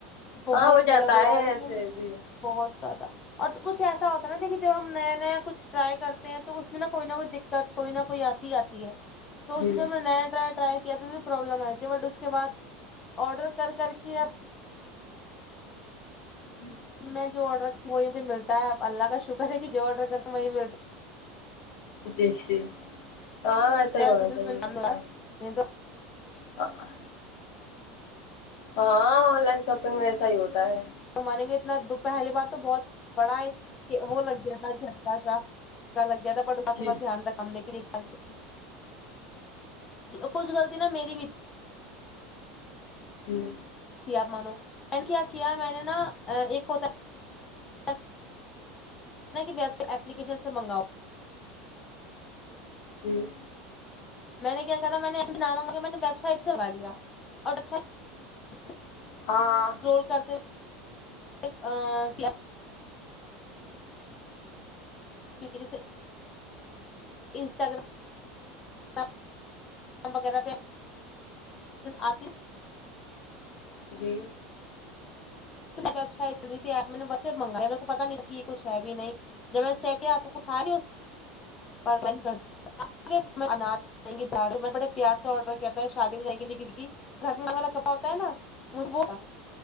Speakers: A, on the left; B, on the left.
A: بہت
B: ہاں ہو
A: غلط
B: جاتا
A: ہوا
B: ہے
A: لیکن
B: ایسے جی
A: بہت زیادہ اور تو کچھ ایسا ہوتا نا دیکھئے جب ہم نیا نیا کچھ ٹرائی کرتے ہیں تو اس میں نہ کوئی نہ کوئی دق قت کوئی نہ کوئی آتی آتی ہے تو اس
B: جی
A: سے جب میں نیا نیا ٹرائی کیا تھا پرابلم آئے تھی بٹ اس کے بعد آرڈر کر کر کے اب
B: جی
A: میں جو آرڈر کرتی ہوں وہی مجھے ملتا ہے اب اللہ کا شکر ہے کہ جو آرڈر کرتی ہوں وہی ملتا
B: جی جی ہاں ایسا ہی ہونا
A: ہے کچھ
B: چاہیے
A: اس میں نہیں
B: ہاں آ ہا ہاں آن لائن شاپنگ میں ایسا ہی ہوتا ہے
A: تو میں نے کہ اتنا دکھ پہلی بار تو بہت بڑا یہ وہ لگ گیا تھا جھٹکا سا کا لگ گیا تھا بٹ وقت
B: جی
A: دھیان رکھا ہم نے کی <unintelligible> اور کچھ غلطی نہ میری بھی تھی
B: جی
A: آپ مانو کل کیا کیا میں نے نا آ ایک ہوتا ہے نہیں کہ ویب سے اپلیکیشن سے منگاؤ
B: جی
A: میں نے کیا کرا میں نے ایپ سے نا منگا کے میں نے ویبسائٹ سے منگا لگا لیا اور ویبسائٹ
B: ہاں
A: رول کرتے ہوئے آں <inaudible> ٹھیک ہے جیسے انسٹاگرام <inaudible> وغیرہ پہ آتے
B: جی
A: تو میں ویب سائٹ چلی تھی ایپ میں نے وسے منگایا میرے کو پتا نہیں کہ یہ کچھ ہے بھی نہیں جب میں نے چیک کیا تو کچھ تھا نہیں آن لائن میں انار گی دالو میں بڑے پیار سے آڈر کیا تھا ہے شادی میں جائیں دگت کی گھر میں ہمارا کپا ہوتا ہے نا وہ ہو گیا